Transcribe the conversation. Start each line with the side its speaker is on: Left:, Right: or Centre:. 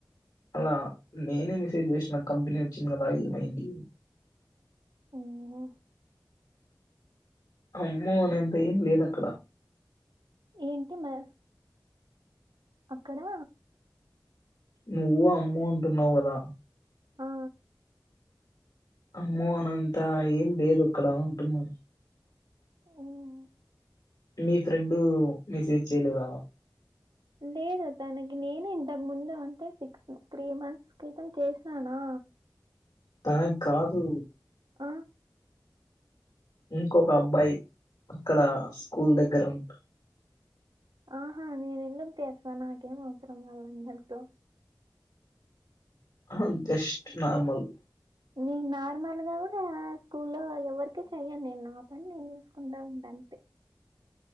Left: అలా నేనే మెసేజ్ చేసిన కంపెనీ వచ్చింది కదా ఏమైంది
Right: ఆమ్మో
Left: అమ్మో అనేంత ఏం లేదు అక్కడ
Right: ఏంటి మా అక్కడ
Left: నువ్వు అమ్మో అంటున్నావు కదా
Right: ఆ
Left: అమ్మో అనంతా ఏం లేదు అక్కడ అంటున్నా
Right: మ్మ్
Left: నీ ఫ్రెండు మెసేజ్ చేయలేదా
Right: లేదు తనకి నేనే ఇంతకు ముందు అంటే సిక్స్ త్రీ మంత్స్ క్రితం చేసినాన నా
Left: తనకి కాదు
Right: ఆ
Left: ఇంకొక అబ్బాయి అక్కడ స్కూల్ దగ్గర ఉంటా
Right: ఆహా నేను ఎందుకు చేస్తా నాకేం అవసరం వాళ్ళందరితో
Left: అ జస్ట్ నార్మల్
Right: నేను నార్మల్గా కూడా స్కూల్లో ఎవరికి చెయ్యను నేను నా పని నేను చూసుకుంటా ఉంట అంతే